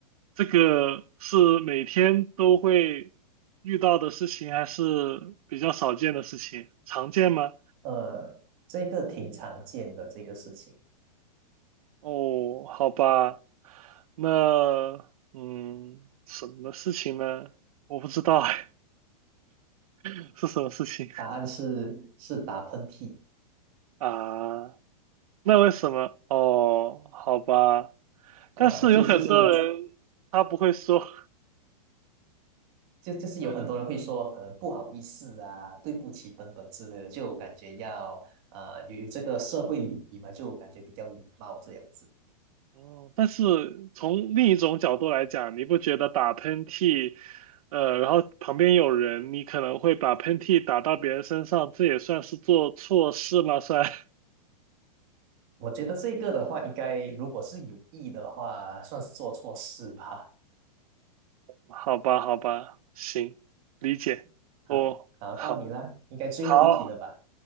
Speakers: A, on the right; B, on the right.
A: 这个是每天都会遇到的事情，还是比较少见的事情？常见吗？
B: 呃，这个挺常见的这个事情，
A: 哦，好吧，那嗯，什么事情呢？我不知道哎，<laughs> 是什么事情
B: 答案是是打喷嚏。
A: 啊？那为什么？哦，好吧，
B: 啊，
A: 但是有很多人他不会说，
B: 就就是就就是有很多人会说，
A: <laughs>
B: 可能不好意思啊，对不起等等之类的，就感觉要啊有有这个社会礼仪嘛，就感觉比较礼貌这样子。
A: 哦，但是从另一种角度来讲，你不觉得打喷嚏，呃，然后旁边有人，你可能会把喷嚏打到别人身上，这也算是做错事吗？<laughs> 算？
B: 我觉得这个的话，应该如果是有意的话，算是做错事吧。
A: 好吧，好吧，行，理解。
B: <laughs> 好，
A: 哦，
B: 好，
A: 好，
B: 到你啦，应该最后一题了吧？
A: 好，